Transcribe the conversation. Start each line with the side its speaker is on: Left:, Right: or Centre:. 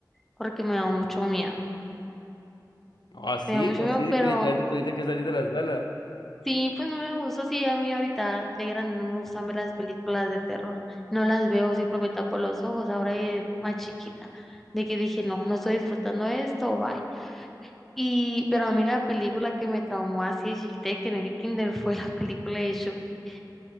Centre: porque me da mucho miedo.
Left: Así,
Centre: Me da mucho
Left: así
Centre: miedo,
Left: de
Centre: pero
Left: que literalmente tuviste que salir de la sala.
Centre: sí, pues no me gusta. Sí, a mí ahorita de grande no me gustan ver las películas de terror. No las veo siempre simplemente por los ojos, ahora de más chiquita, de que dije, no, no estoy disfrutando de esto, bye. Y, pero a mí la película que me traumó así de chiquita de que en el kinder fue la película de Chucky.